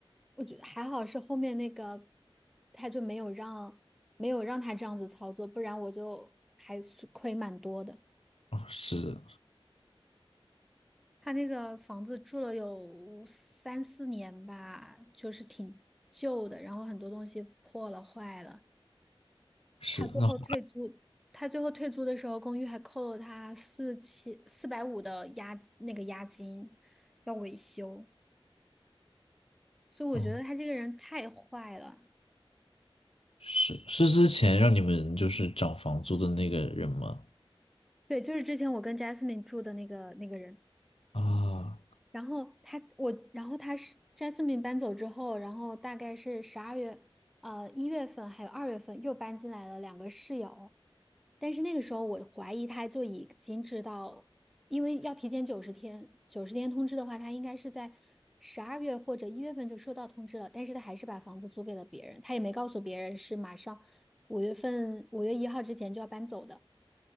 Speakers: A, in the centre; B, on the left.
A: 我觉得还好是后面那个，他就没有让没有让他这样子操作，不然我就还是亏蛮多的。
B: 哦是
A: 他那个房子住了有三四年吧，就是挺旧的，然后很多东西破了坏了。
B: 是，
A: 他最后退租，
B: 那好
A: 他最后退租的时候，公寓还扣了他四千四百五的押金那个押金，要维修。所以我觉得他这个人太坏了。
B: 哦是是之前让你们就是涨房租的那个人吗？
A: 对，就是之前我跟 Jasmine 住的那个那个人。
B: 啊
A: 然后他我，然后他是 Jasmine 搬走之后，然后大概是十二月，呃，一月份还有二月份又搬进来了两个室友，但是那个时候我怀疑他就已经知道，因为要提前九十天，九十天通知的话，他应该是在十二月或者一月份就收到通知了，但是他还是把房子租给了别人，他也没告诉别人是马上五月份五月一号之前就要搬走的。